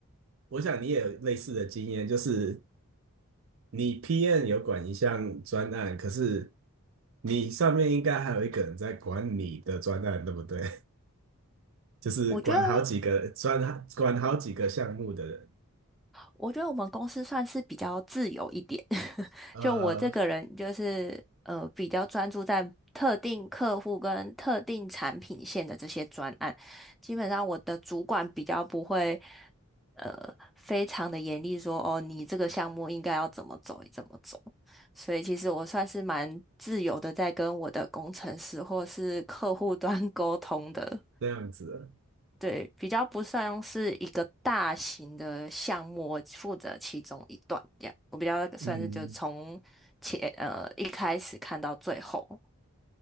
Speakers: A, on the right (about 60°); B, in the centre.
A: 我想你也有类似的经验，就是你 p n 有管一项专案，可是你上面应该还有一个人在管你的专案，对不对？<laughs> 就是管好几个专，
B: 我觉得
A: 管好几个项目的人，
B: 我觉得我们公司算是比较自由一点，<laughs>
A: 呃，
B: 就我这个人就是呃比较专注在特定客户跟特定产品线的这些专案，基本上我的主管比较不会呃非常的严厉说哦你这个项目应该要怎么走怎么走，所以其实我算是蛮自由的在跟我的工程师或是客户端 <laughs> 沟通的。
A: 这样子，
B: 对，比较不算是一个大型的项目，我负责其中一段这样。我比较算是就从前呃一开始看到最后，
A: 嗯，